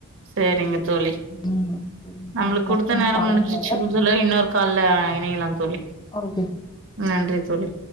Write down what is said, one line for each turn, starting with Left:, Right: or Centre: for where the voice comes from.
Right: செரிங்க தோழி
Left: ம் செரிங்க தோழி
Right: நம்மளுக்கு
Left: ட்ரை
Right: குடுத்த
Left: பண்ணி
Right: நேரம்
Left: பாருங்க
Right: முடிஞ்சுச்சு புதுல இன்னொரு கால்ல இணைக்கலாம்னு தோழி
Left: <unintelligible>
Right: நன்றி தோழி